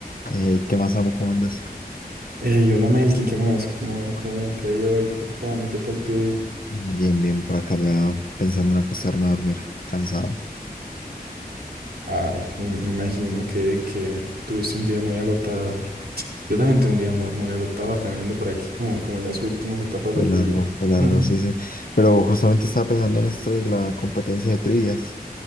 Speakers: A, on the left; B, on the right.
A: Hey, ¿qué más, amo? ¿Cómo andas?
B: yo hola Melkin, ¿qué más? ¿Cómo, cómo te ha ido hoy? Contame, ¿qué tal tu día?
A: Bien, bien, por acá ya pensando en acostarme a dormir, cansado.
B: Ay, me, me imagino que, que tuviste un día muy agotador. Yo también tuve un día muy, muy agotador, también ando por aquí como, como en las últimas etapas
A: Fue
B: del
A: largo,
B: día.
A: fue largo,
B: <laughs>
A: sí, sí. Pero justamente estaba pensando en esto de la competencia de trivias.